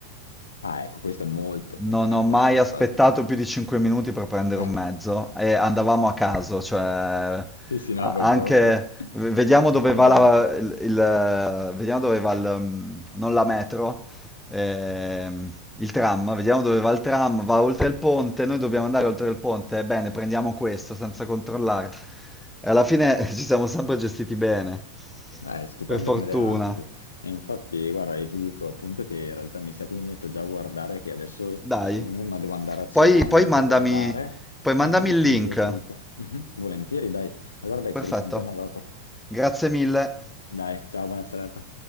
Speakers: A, on the left; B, in the centre.
A: Ah, ecco, questo è molto
B: Non
A: fondamentale,
B: ho mai
A: infatti.
B: aspettato più di 5 minuti per prendere
A: <laughs>
B: un mezzo e andavamo a caso, cioè a-
A: Sì, sì, no, proprio
B: anche
A: <laughs>
B: v- vediamo
A: a sentimento.
B: dove va la, il, il- vediamo dove va il, mm, non la metro, ehm, il tram, vediamo dove va il tram, va oltre il ponte, noi dobbiamo andare oltre il ponte, e bene, prendiamo questo senza controllare. E alla fine <laughs> ci siamo sempre gestiti bene,
A: Beh, è stupendo
B: per fortuna.
A: come idea, anzi, infatti, guarda, io ti dico appunto che in realtà mi sa che mi metto già a guardare, che adesso,
B: Dai.
A: scusami, ma devo andare a cena,
B: Poi,
A: ma
B: poi
A: mi metto
B: mandami,
A: a guardare,
B: poi mandami
A: e infatti
B: il
A: ti
B: link.
A: invio tutto. Mhm, volentieri, dai. Allora dai,
B: Perfetto,
A: ci risentiamo dopo.
B: grazie mille.
A: Dai, ciao, buona serata.